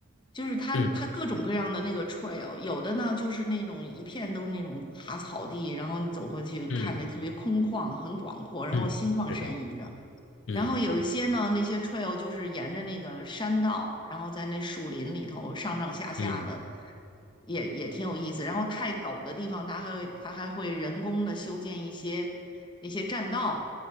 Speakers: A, on the left; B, on the left.
A: 就是它它各种各样的那个
B: 嗯
A: trail，有的呢就是那种一片都是那种大草地，然后你走过去看着特别空旷、
B: 嗯
A: 很广阔，然后心旷神怡的；
B: 嗯，是的，嗯
A: 然后有一些呢，那些 trail 就是沿着那个山道，然后在那树林里头上上下下的，
B: 嗯
A: 也也挺有意思。然后太陡的地方，它还会它还会人工的修建一些那些栈道，